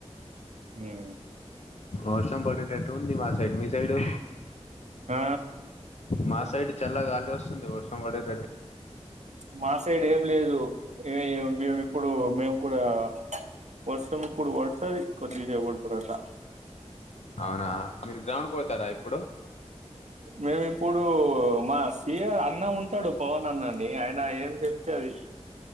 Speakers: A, on the right; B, on the left.
A: ఉమ్.
B: వర్షం పడేటట్టు ఉంది మా సైడ్ మీ సైడు.
A: ఆ
B: మా సైడ్ చల్ల గాలి ఒస్తుంది వర్షం పడేద్
A: మా సైడ్ ఏం లేదు. ఇగ మేము ఇప్పుడూ మేము కూడా వర్షం ఇప్పుడు పడతది కొద్దిసేపటి తర్వాత.
B: అవునా, మీరు గ్రౌండ్ కు పోతారా ఇప్
A: మేమిప్పుడూ మా సి ఆర్ అన్న ఉంటడు పవన్ అన్న అనీ, ఆయన ఏం చెప్తే అది.